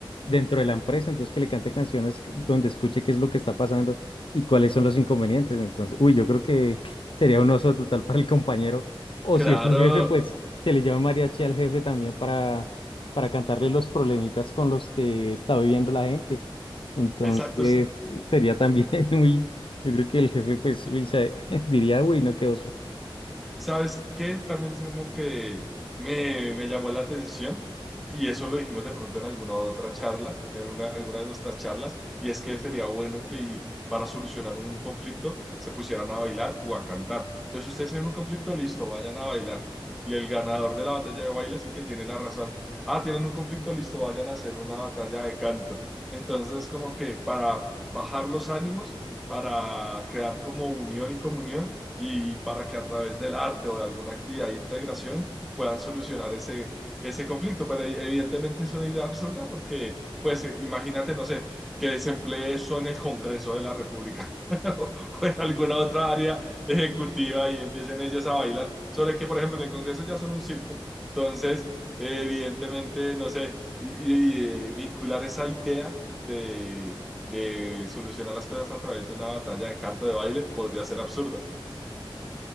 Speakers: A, on the left (about 65°); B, in the centre.
A: dentro de la empresa, entonces que le cante canciones que- donde escuche qué es lo que está pasando y cuáles son los inconvenientes. Entonces, uy, yo creo que sería un oso total para el compañero. O
B: Claro,
A: si es un jefe, pues se le lleva un mariachi al jefe también para para cantarle los problemitas con los que está viviendo la gente. Entonces,
B: exacto,
A: sería también <laughs> muy, yo creo que el jefe, pues, uy, se- <laughs> diría, uy, no, qué oso.
B: ¿Sabes qué? También es como que me, me llamó la atención y eso lo dijimos de pronto en alguna otra charla, en una, alguna de nuestras charlas, y es que sería bueno que para solucionar un conflicto se pusieran a bailar o a cantar. Entonces ustedes tienen un conflicto, listo, vayan a bailar. Y el ganador de la batalla de baile es el que tiene la razón. Ah, tienen un conflicto, listo, vayan a hacer una batalla de canto. Entonces, como que para bajar los ánimos, para crear como unión y comunión, y para que a través del arte o de alguna actividad de integración puedan solucionar ese, ese conflicto. Pero e, evidentemente es una idea absurda porque, pues, imagínate, no sé, que desemplee eso en el Congreso de la República <laughs> o en alguna otra área ejecutiva y empiecen ellos a bailar. Sobre que, por ejemplo, en el Congreso ya son un circo. Entonces, evidentemente, no sé, y, y, eh, vincular esa idea de, de solucionar las cosas a través de una batalla de canto de baile podría ser absurda.